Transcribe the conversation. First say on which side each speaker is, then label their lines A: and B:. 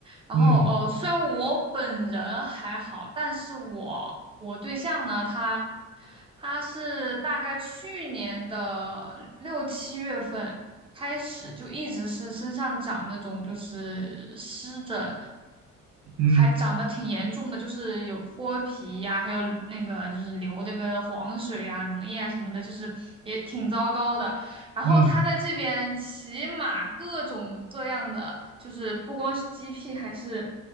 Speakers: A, on the right; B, on the right.
A: 然后呃，
B: 嗯
A: 虽然我本人还好，但是我我对象呢，他他是大概去年的六七月份开始就一直是身上长那种就是湿疹，
B: 嗯
A: 还长得挺严重的，就是有脱皮呀、还有那个就是流这个黄水呀、脓液啊什么的，就是也挺糟糕的。然后他在这边骑马，
B: 嗯
A: 各种各样的，就是不光是 GP，还是